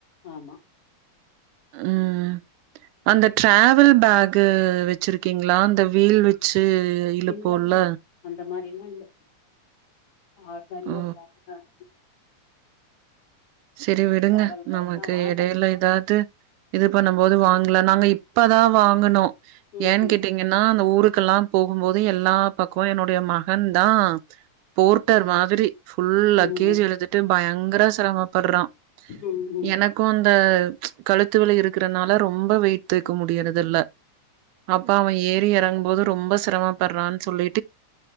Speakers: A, on the left; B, on the right.
A: ஆமா
B: ம் அந்த ட்ராவல் பேகு வச்சிருக்கீங்ளா அந்த வீல் வச்சு இழுப்போம்ல.
A: இல்லம்மா அந்த மாரில்லா இல்ல ஆட்னரி
B: ஓ!
A: ஒரு பேக்தா இருக்கு
B: செரி விடுங்க
A: டிராவல் பேக்ல்லா
B: நமக்கு
A: வாங்கணு
B: இடைல எதாது இது பண்ணம் போது வாங்ல நாங்க இப்பதா வாங்குனோ
A: ம்
B: ஏன்னு
A: ம்
B: கேட்டீ ங்கன்னா அந்த ஊருக்கெல்லா போகும்போது எல்லா பக்கமு என்னுடைய மகன் தா போர்ட்டர் மாதிரி ஃபுல் லக்கேஜ்
A: ம் ம்
B: எடுத்துட்டு பயங்கர செரமப்பட்றா
A: ம் ம்
B: எனக் க்கூ அந்த கழுத்து வலி இருக்குறனால ரொம்ப வெயிட் தூக்க முடியுறதுல்ல அப்ப அவ ஏறி எறங்கும்போது ரொம்ப சிரமப்பட்றான் சொல்லி